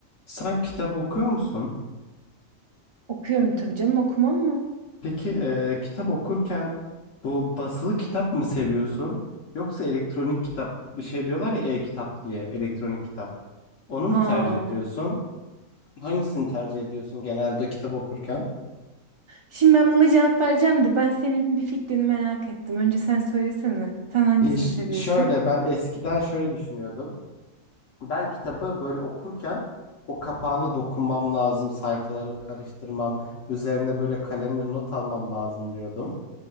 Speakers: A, on the left; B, on the right.
A: Sen kitap okuyor musun?
B: Okuyorum tabii canım okumam mı?
A: Peki e, kitap okurken bu basılı kitap mı seviyorsun? Yoksa elektronik kitap bir şey diyorlar ya e-kitap diye elektronik kitap. Onu mu
B: Aa.
A: tercih ediyorsun? Hangisini tercih ediyorsun genelde kitap okurken?
B: Şimdi ben buna cevap vereceğim de ben senin bir fikrini merak ettim. Önce sen söylesene. Sen hangisini
A: Ya ş-
B: seviyorsun?
A: şöyle ben eskiden şöyle düşünüyordum. Ben kitabı böyle okurken o kapağını dokunmam lazım, sayfalarını karıştırmam, üzerine böyle kalemle not almam lazım diyordum.